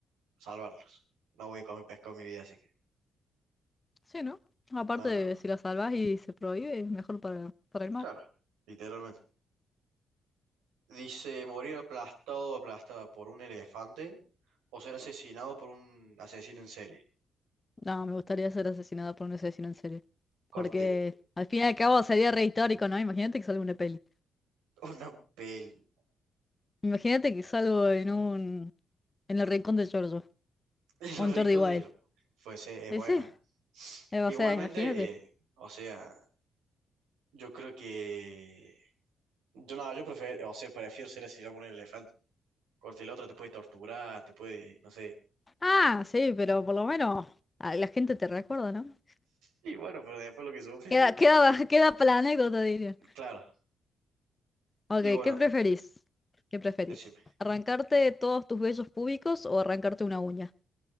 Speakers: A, on the right; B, on the left.
A: salvarlos. No voy a comer pescado en mi vida, así que.
B: Sí, ¿no? Aparte
A: No, no.
B: de si la salvas y se prohíbe, es mejor para, para el mar.
A: Claro, literalmente. Dice, morir aplastado o aplastada por un elefante o ser asesinado por un asesino en serie.
B: No, me gustaría ser asesinada por un asesino en serie.
A: Corte,
B: Porque al fin y al cabo sería re histórico, ¿no? Imagínate que salgo en una peli.
A: una peli.
B: Imagínate que salgo en un... en el rincón de Giorgio.
A: <laughs> Los
B: O en
A: ricos
B: Jordi Wild.
A: de yo. Pues eh, es
B: Sí,
A: buena.
B: sí. eh, O
A: Igualmente,
B: sea, imagínate.
A: o sea, yo creo que... Yo no, yo prefiero, o sea, prefiero ser asesinado por un elefante. Corte el otro, te puede torturar, te puede, no sé.
B: Ah, sí, pero por lo menos ah, la gente te recuerda, ¿no?
A: Y bueno, pero después lo que sufriste,
B: Queda, queda, <laughs> queda para la anécdota, diría.
A: claro.
B: Ok,
A: Y bueno,
B: ¿qué preferís? ¿Qué preferís?
A: decime,
B: ¿Arrancarte todos tus vellos públicos o arrancarte una uña? <laughs>